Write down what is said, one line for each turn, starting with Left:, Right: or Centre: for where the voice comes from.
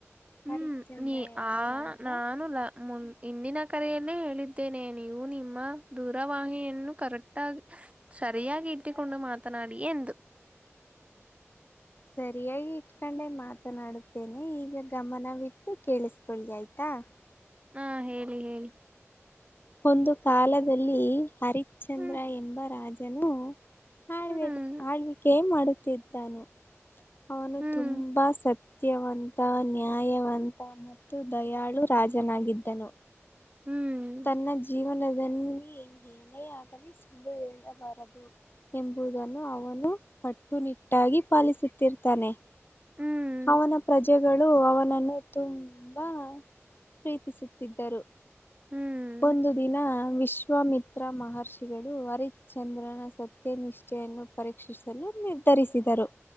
Right: ಹ್ಮ್
Left: ಹರಿಶ್ಚಂದ್ರ
Right: ನೀ
Left: ಎಂಬ
Right: ಆ
Left: ರಾಜ
Right: ನಾನು ಲ ಮು ಇಂದಿನ ಕರೆಯಲ್ಲೇ ಹೇಳಿದ್ದೇನೆ ನೀವು ನಿಮ್ಮ ದೂರವಣಿಯನ್ನು ಕರೆಕ್ಟ್ ಆಗ ಸರಿಯಾಗಿ ಇಟ್ಟಿಕೊಂಡು ಮಾತನಾಡಿ ಎಂದು
Left: <inaudible> ಸರಿಯಾಗಿ ಇಟ್ಕೊಂಡೆ ಮಾತನಾಡುತ್ತೇನೆ ಈಗ ಗಮನ ಬಿಟ್ಟು ಕೇಳಿಸಕೊಳ್ಳಿ ಆಯ್ತಾ ಹ
Right: ಹಾ ಹೇಳಿ ಹೇಳಿ
Left: ಒಂದು ಕಾಲದಲ್ಲಿ ಹರಿಶ್ಚಂದ್ರ
Right: ಹ್ಮ್
Left: ಎಂಬ ರಾಜನು ಆಳ್
Right: ಹ್ಮ್
Left: ಆಳ್ವಿಕೆ ಮಾಡುತ್ತಿದ್ದಾನು ಅವನು
Right: ಹ್ಮ್
Left: ತುಂಬಾ ಸತ್ಯವಂತ ನ್ಯಾಯವಂತ ಮತ್ತು ದಯಾಳು ರಾಜನಾಗಿದ್ದನು
Right: ಹ್ಮ್
Left: ತನ್ನ ಜೀವನದಲ್ಲಿ ಮನೆಯಾಗಲಿ ಸುಳ್ಳು ಹೇಳಬಾರದು ಎಂಬುದನ್ನು ಅವನು ಕಟ್ಟುನಿಟ್ಟಾಗಿ ಪಾಲಿಸುತ್ತಿರ್ತಾನೆ
Right: ಹ್ಮ್
Left: ಅವನ ಪ್ರಜೆ ಪ್ರಜೆಗಳು ಅವನನ್ನು ತುಂಬಾ ಪ್ರೀತಿಸುತ್ತಿದ್ದರು
Right: ಹ್ಮ್
Left: ಒಂದು ದಿನ ವಿಶ್ವಾಮಿತ್ರ ಮಹರ್ಷಿಗಳು ಹರಿಶ್ಚಂದ್ರನ ಸತ್ಯನಿಷ್ಠೆಯನ್ನು ಪರೀಕ್ಷಿಸಲು ನಿರ್ಧರಿಸಿದರು